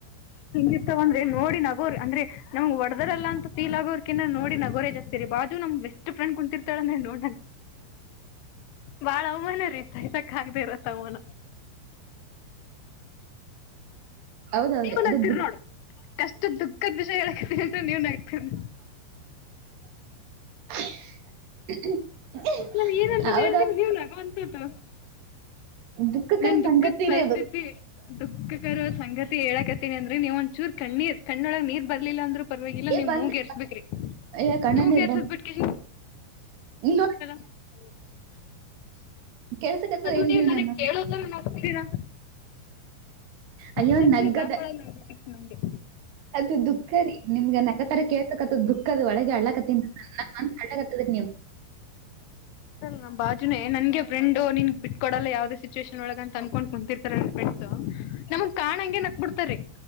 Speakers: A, on the left; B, on the right.
A: ಹಿತಾವ ಅಂದ್ರೆ ನೋಡಿ ನಗೋರಿ ಅಂದ್ರೆ ನಮ್ಗೆ ಒಡದರಲ್ಲ ಅಂತ ಫೀಲ್ ಆೋರ್ಕಿಂತ ನೋಡಿ ನಗೋರೆೇ ಜಾಸ್ತಿ ರೀ ಬ ನಮ ಬೆಸ್ಟ್ ಫ್ರಂಡ್ ಕುಂತಿರ್ತಾಳ ನೋ ಬಾಳ ಅವಮಾನ ರೀ ತೈಸಕ್ ಆಗದೆ ಇರ ತಗೋಣ
B: ಹೌದೌದ್ರಿ
A: ನೀವ
B: ಅದು
A: ನಗ್ತೀರಿ
B: ದುಃಖ
A: ನೋಡು ಕಷ್ಟು ದುಃಖದ ವಿಷಯ ಹೇಳಕ ಅಂತ ನೀವ್ ನಗ್ತಿರಿ ನೋ
B: <inaudible>
A: ನಮ್ ಏನಂತ್ದ
B: ಹೌದೌದು
A: ಹೇಳ್ತ ನೀವ್ ನಗ ಅಂತ್ದು
B: ದುಃಖಕರ
A: ನನ್ ದುಃಖದ
B: ಸಂಗತಿ
A: ಪರಿಸ್ಥಿತಿ
B: ರೀ ಅದು
A: ದುಃಖಕರ ಸಂಕ ಸಂಗತಿ ಹೇಳಾಕತಿನಿ ಅಂದ್ರೆ ನೀವ ಒಂದಚೂರು ಕಣ್ಣೀರು ಕಣ್ಣೊಳಗ್ ನೀರ್ ಬರ್ಲಿಲ್ಲ ಅಂದ್ರರು ಪರವಾಗಿಲ್ಲ
B: ಏ
A: ನೀವ್
B: ಬಂತ್
A: ಮೂಗೇರ್ಸ್ಬೇಕ್ರಿ
B: ಏ ಕಣ್ಣನೀರ್
A: ಮುಗೆರಿಸಬೇಕ್ರಿ
B: ಬರ್ ಇಲ್ವ
A: <inaudible>
B: ಕೇಳ್ಸಕತ್ತದ
A: ಅದು
B: ಇಲ್ರಿ
A: ನೀವು ನನಗ್
B: ನಾನು
A: ಕೇಳೋದ ನೋಡ್ತೀರಾ
B: ಅಯ್ಯೋ
A: ನ
B: ನಗ್ಗದ
A: ಬಾಕ್ಳ ಕೃಷಗೆ
B: ಅದು ದುಃಖ ರೀ ನಿಮ್ಗೆ ನಗ ತರ ಕೇಳ್ಬೇಕತದ ದುಃಖದ ಒಳಗೆ ಅಳ್ಳಕ್ತ್ತ ನ ಮಂತ್ ಅಳ್ಳಕ್ತ್ತದಿ ನೀ
A: ನ ಬಾಜುನೆ ನನ್ ಫ್ರೆಂಡ್ ನಿನ್ ಬಿಟ್ ಕೊಡಲ್ಲ ಯಾವ್ದೇ ಸಿಚುವೇಷನ್ ಒಳಗ ಅನ್ಕೊಂಡು ಕುಂತಿರ್ತಾರೆ ನನ್ ಫ್ರೆಂಡ್ಸ್ ನಮಗ್ ಕಾಣಂಗಗೆನಕ್ ಬಿಡ್ತಾರಿ